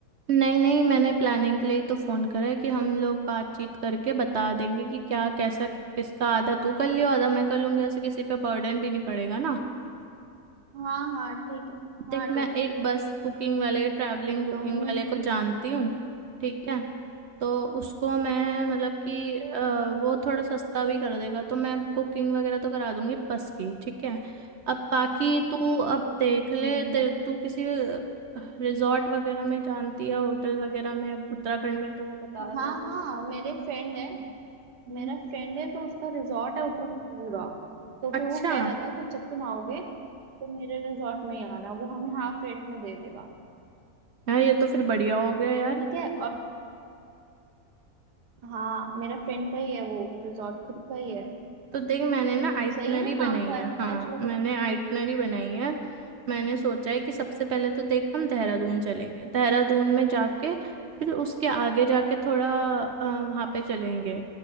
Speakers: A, on the right; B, on the right.
A: नहीं नहीं मैंने प्लानिंग के लिए ही तो फोन करा है कि हम लोग बातचीत करके बता देंगे कि क्या कैसा किसका आधा तू कर लियो आधा मैं कर लूंगी ऐसे किसी पे बर्डन भी नहीं पड़ेगा ना
B: हाँ हाँ ठीक है
A: देख
B: हाँ
A: मैं
B: ठीक है
A: एक
B: ठीक
A: बस
B: है
A: बुकिंग वाले ट्रैवलिंग बुकिंग
B: तुम
A: वाले को जानती हूँ ठीक है तो उसको मैं मतलब कि अ, वो थोड़ा सस्ता भी कर देगा तो मैं बुकिंग वगैरह तो करा दूंगी बस की ठीक है अब बाकी तू अब देख ले
B: हम्म,
A: तेरे तू किसी रिजॉर्ट वगैरह में जानती है होटल वगैरह में उत्तराखंड में तो बता दे
B: हाँ
A: दे
B: हाँ मेरे फ्रेंड है
A: हम्म,
B: मेरा फ्रेंड है तो उसका रिजॉर्ट है उत्तराखंड में पूरा तो फिर
A: अच्छा
B: वो कह रहा था कि जब तुम आओगे तो मेरे रिजॉर्ट में ही आना वो हमें हाफ रेट में दे देगा
A: यार ये तो फिर बढ़िया हो गया यार
B: ठीक है और हाँ मेरा फ्रेंड का ही है वो रिजॉर्ट खुद का ही है
A: तो देख मैंने ना आइटनरी
B: सही है ना
A: बनाई
B: काम तो आया
A: है हाँ
B: चलो कभी
A: मैंने आइटनरी बनाई है मैंने सोचा है कि सबसे पहले तो देख हम देहरादून चलेंगे देहरादून में जाके फिर उसके आगे जाके थोड़ा अ, वहाँ पे चलेंगे